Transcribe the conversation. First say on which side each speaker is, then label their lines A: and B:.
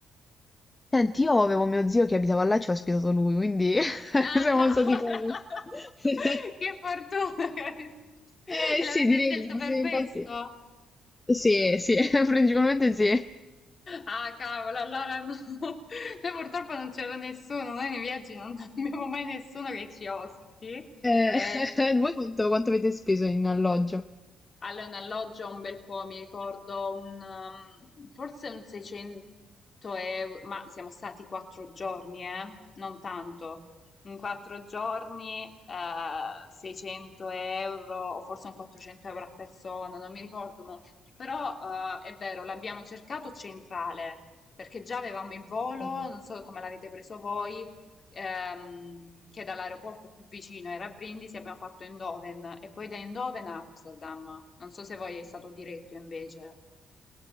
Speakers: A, on the left (about 20°); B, on the left (about 40°).
A: Senti, io avevo mio zio che abitava là e ci ha ospitato lui, quindi <laughs>
B: Ah,
A: siamo
B: cavolo!
A: stati comodi.
B: <laughs>
A: <laughs>
B: Che fortuna! che avete- <laughs>
A: Eh
B: E l'avete
A: sì, direi,
B: scelto per
A: sì,
B: questo?
A: infatti. Sì, sì, <laughs> principalmente sì.
B: Ah, cavolo, allora no. <laughs> Noi purtroppo non c'era nessuno, noi nei viaggi non abbiamo mai nessuno che ci ospiti.
A: Eh,
B: Eh,
A: <laughs> voi quanto, quanto avete speso in alloggio?
B: Allora, in alloggio un bel po', mi ricordo un, ehm, forse un 600 euro, ma siamo stati quattro giorni, eh? Non tanto. In quattro giorni, eh, 600 euro, o forse un 400 euro a persona, non mi ricordo mo. Però, eh, è vero, l'abbiamo cercato centrale, perché già avevamo il volo,
A: Mh.
B: non so come l'avete preso voi, ehm, che dall'aeroporto più vicino era Brindisi, abbiamo fatto Eindhoven e poi da Eindhoven a Amsterdam. Non so se voi è stato diretto invece.